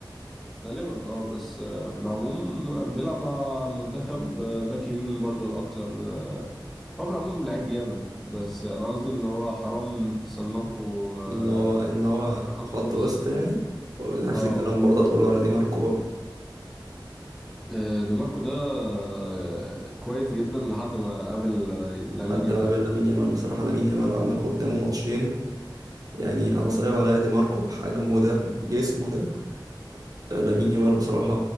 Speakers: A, in the centre; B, on the right.
A: غالبا اه بس آه في العموم آه، بيلعب مع المنتخب آه باك يمين برضو أكتر آه، هو في العموم لعيب جامد بس أنا قصدي إن هو حرام تصنفه آه
B: ان هو ان هو
A: خط
B: خط
A: نص
B: وسط يعني ونفس
A: اه
B: الكلام برضه تقوله على دي ماركو بقى
A: آه، دي ماركو ده آه، كويس جدا لحد ما قابل آه، لامين
B: حد
A: يامال
B: ما بين لامين يامال بصراحة لامين يامال عمل قدامه ماتشين يعني انا صعب عليا دي ماركو بحجمه ده بجسمه ده لامين يامال بصراحة